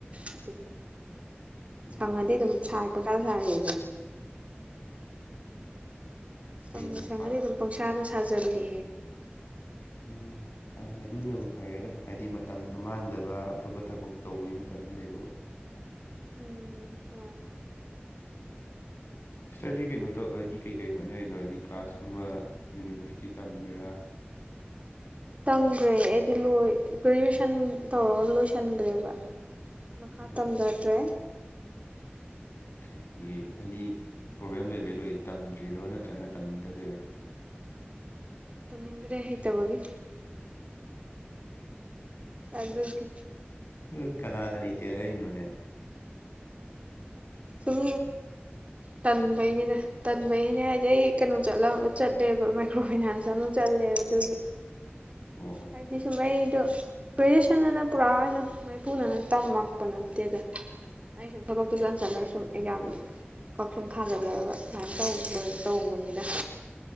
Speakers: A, on the right; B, on the left.
A: ꯑꯗꯨ
B: ꯑꯣ
A: ꯁꯪꯉꯗꯤ ꯑꯗꯨꯝ ꯁꯥꯔꯦ ꯄꯪꯈꯥꯗ ꯁꯥꯔꯤ ꯑꯗꯨꯝ ꯁꯪꯉ
B: ꯐꯩꯅꯦ
A: ꯁꯪꯉꯗꯤ
B: ꯄꯥꯔꯠ
A: ꯑꯗꯨꯝ ꯄꯪꯁꯥꯗ ꯁꯥꯖꯤꯜꯂꯦꯗꯤ
B: ꯎꯝ ꯀ ꯑꯗꯨꯅꯕꯨ ꯐꯩꯔꯦꯗ ꯍꯥꯏꯗꯤ ꯃꯇꯝꯁꯨ ꯃꯥꯡꯗꯕ ꯑꯇꯣꯞꯄ ꯊꯕꯛ ꯇꯧꯕꯒꯤ ꯃꯇꯝꯁꯨ ꯂꯩꯕꯀꯣ
A: ꯎꯝ ꯍꯣꯏ
B: ꯁ꯭ꯇꯗꯤ ꯀꯩꯅꯣ ꯇꯧ ꯍꯥꯏꯗꯤ ꯀꯩ ꯀꯩ ꯍꯣꯠꯅꯔꯤꯅꯣ ꯍꯥꯏꯗꯤ ꯀ꯭ꯂꯥꯁ ꯀꯨꯝꯕ ꯌꯨꯅꯤꯚꯔꯁꯤꯇꯤ ꯇꯝꯃꯤꯔꯥ
A: ꯇꯝꯗ꯭ꯔꯦ ꯑꯩꯗꯤ ꯂꯣꯏ ꯒ꯭ꯔꯦꯖꯨꯦꯁꯟ ꯇꯧꯔꯒ ꯂꯣꯏꯁꯟꯈ꯭ꯔꯦꯕ ꯃꯈꯥ
B: ꯑꯣ
A: ꯇꯝꯊꯗ꯭ꯔꯦ
B: ꯀꯩꯒꯤ ꯍꯥꯏꯗꯤ ꯄ꯭ꯔꯣꯕ꯭ꯂꯦꯝ ꯂꯩꯕꯩ ꯂꯣꯏ ꯇꯝꯗ꯭ꯔꯤꯔꯣ ꯅꯠꯇ꯭ꯔꯒꯅ ꯇꯝꯅꯤꯡꯗꯕꯩꯔꯣ
A: ꯇꯝꯗ꯭ꯔꯦ ꯍꯥꯏꯣꯏ ꯇꯕꯣꯒꯤ ꯑꯗꯨꯒꯤ
B: ꯎ ꯀꯅꯥꯗ ꯇꯦꯔꯩꯩꯅꯣꯅꯦ
A: ꯁꯨꯝ ꯇꯟꯕꯩꯒꯤꯅꯦ ꯇꯟꯕꯩꯅꯦ ꯍꯥꯏꯗꯤ ꯑꯩ ꯀꯩꯅꯣ ꯆꯠꯂꯦꯕ ꯃꯥꯏꯀ꯭ꯔꯣ ꯐꯥꯏꯅꯥꯟꯁ ꯑꯃ ꯆꯠꯂꯦ ꯑꯗꯨꯒꯤ
B: ꯑꯣ
A: ꯍꯥꯏꯗꯤ ꯁꯥꯏꯗꯣ ꯕ꯭ꯔꯤꯇꯤꯁꯅꯅ ꯄꯨꯔꯥ ꯑꯣꯏꯅ ꯃꯥꯏꯄꯨꯅꯅ ꯇꯝꯃꯛꯄ ꯅꯠꯇꯦꯗ ꯑꯩ ꯁꯨꯝ ꯊꯕꯛꯇꯨ ꯆꯟ ꯆꯠꯟꯅꯔ ꯁꯨꯝ ꯌꯥꯝ ꯌꯥꯝꯃꯤ ꯀꯥꯛ ꯁꯨꯝ ꯊꯥꯖꯤꯜꯂꯛꯑꯒ ꯁꯨꯃꯥꯏꯅ ꯇ ꯇꯧꯕꯅꯤꯅ